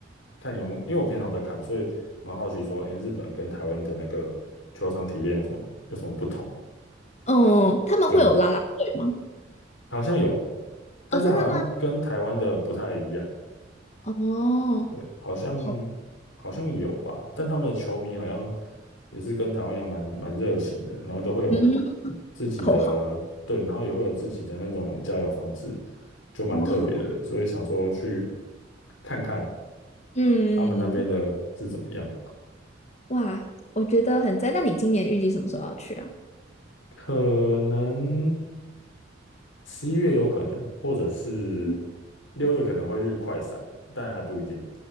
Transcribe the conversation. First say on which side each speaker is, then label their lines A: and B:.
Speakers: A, on the left (about 85°); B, on the left (about 35°).
A: 看有没有，因为我平常有在看，所以蛮好奇说，哎，日本跟台湾的那个球场体验有什么有什么不同？
B: 哦，他们会有拉拉队吗？
A: 对。好像有，但是好像跟台湾的不太一样。
B: 哦，真的吗？哦，
A: 对，好像
B: 好，
A: 好像有吧，但他们的球迷好像也是跟台湾一样蛮蛮热情的，然后都会有
B: 嗯，<laughs>
A: 自己的，
B: 口号
A: 对，然后也会有自己的那种加油方式，就蛮特别的，
B: 哦，
A: 所以想说去看看
B: 嗯，
A: 他们那边的是怎么样。
B: 哇，我觉得很赞。那你今年预计什么时候要去啊？
A: 可能十一月有可能，或者是
B: 嗯。
A: 六月可能会去快闪，但还不一定，